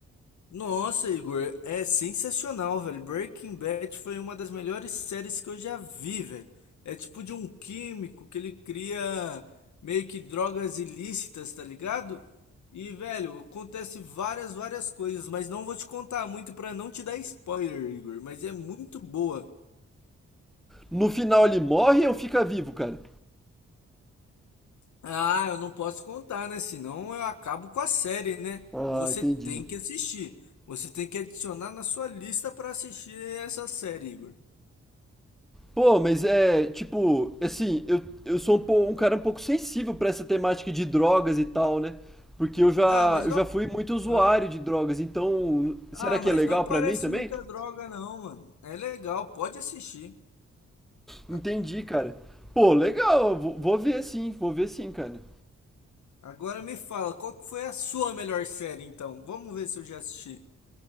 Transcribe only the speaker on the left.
Nossa, Igor, é sensacional, velho. Breaking Bad foi uma das melhores séries que eu já vi, velho. É tipo de um químico que ele cria meio que drogas ilícitas, tá ligado? E, velho, acontece várias, várias coisas, mas não vou te contar muito pra não te dar spoiler, Igor, mas é muito boa.
Ah, eu não posso contar, né? Senão eu acabo com a série, né?
Você
tem que assistir. Você tem que adicionar na sua lista pra assistir essa série, Igor.
Ah, mas
não.
Ah,
Ah,
mas
não aparece
muita droga, não, mano. É legal, pode assistir.
A-
Agora me fala, qual que foi a sua melhor série, então? Vamos ver se eu já assisti.